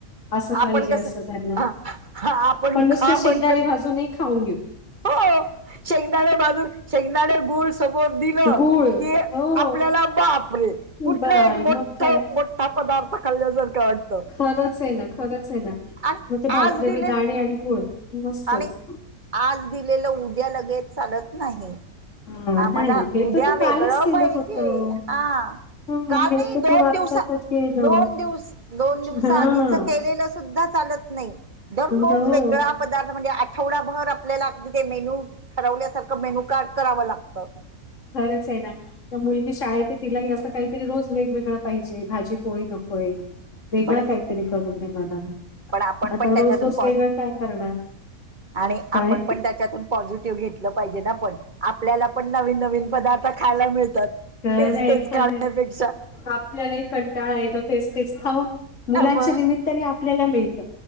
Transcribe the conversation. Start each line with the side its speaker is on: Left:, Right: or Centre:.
Left: असं
Right: आपण
Left: पाहिजे
Right: कस
Left: असं त्यांना
Right: हा आपण हा
Left: नुसते
Right: खा
Left: शेंगदाणे
Right: म्हंटल की.
Left: भाजूनही खाऊन घेऊ
Right: हो शेंगदाणे भाजून शेंगदाणे गुळ समोर दिलं.
Left: गुळ
Right: कि
Left: हो
Right: आपल्याला बापरे! कुठला
Left: बाय
Right: एक मोठ
Left: मग काय
Right: मोठा पदार्थ खाल्ल्या सारखं वाटतं.
Left: खरंच आहे ना! खरंच आहे ना!
Right: आणि
Left: मग भाजलेले
Right: आज दिलेलं
Left: दाणे आणि गुळ मस्तच.
Right: आणि आज दिलेलं उद्या लगेच चालत नाही.
Left: हा,
Right: आम्हाला
Left: नाही हे
Right: उद्या
Left: तर तू
Right: वेगळं
Left: कालच केलं
Right: पाहिजे
Left: होतं
Right: हा.
Left: हं,
Right: का
Left: हे
Right: नाही
Left: तर
Right: दोन
Left: तू आत्ता
Right: दिवसा
Left: तर केलं
Right: दोन दिवस दोन दिवसा
Left: हा
Right: आधीच केलेलं सुद्धा चालत नाही दररोज
Left: हो
Right: वेगळा. पदार्थ म्हणजे आठवडाभर आपल्याला मेन्यू ठरवल्यासारखं मेन्यू कार्ड कराव लागत. हो!
Left: खरंच आहे ना. त्या मुलगी शाळेत तिलाही असं काहीतरी रोज वेगवेगळ पाहिजे भाजी पोळी नकोय. वेगळं
Right: पण
Left: काहीतरी करून दे मला.
Right: पण आपण
Left: आता
Right: पण त्याच्यातून
Left: रोज-रोज
Right: पा
Left: वेगळं काय करणार?
Right: आणि आपण
Left: काय?
Right: पण त्याच्यातून. पॉझिटिव्ह घेतलं पाहिजे ना पण आपल्याला पण नवीन नवीन पदार्थ खायला मिळतात.
Left: घर
Right: तेच
Left: आहे
Right: तेच
Left: खर
Right: खाण्यापेक्षा
Left: आहे आपल्यालाही कंटाळा आहेेत तेच तेच खाऊन. मुलांच्या
Right: मग
Left: निमित्ताने आपल्याला मिळतं.